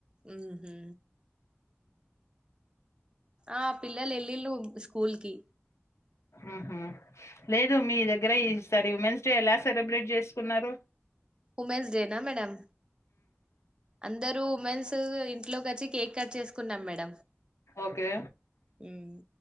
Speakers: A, on the right; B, on the left.
A: ఉమ్ హు ఆ పిల్లలు ఎళ్ళిళ్ళు స్కూల్ కి
B: ఉమ్ హ లేదు మీ దగ్గర ఈ సారి ఉమెన్స్ డే ఎలా సెలబ్రేట్ చేసుకున్నారు
A: ఉమెన్స్ డే నా మేడం అందరు ఉమెన్స్ స్ ఇంట్లోకి వచ్చి కేక్ కట్ చేసుకున్నాం మేడం
B: ఓకే
A: మ్మ్